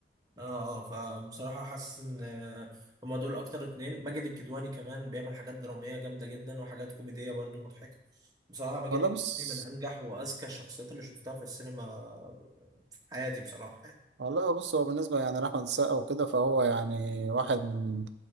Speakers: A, on the right; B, on the right.
A: آه آه فبصراحة حاسس إن آه، هما دول أكتر اتنين ماجد الكدواني كمان بيعمل حاجات درامية جامدة جدا وحاجات كوميدية برضه مضحكة بصراحة ماجد
B: والله
A: الكدواني
B: بص
A: من أنجح وأذكى الشخصيات اللي شفتها في السينما في حياتي بصراحة
B: والله بص هو بالنسبة يعني لأحمد السقا وكده فهو يعني واحد من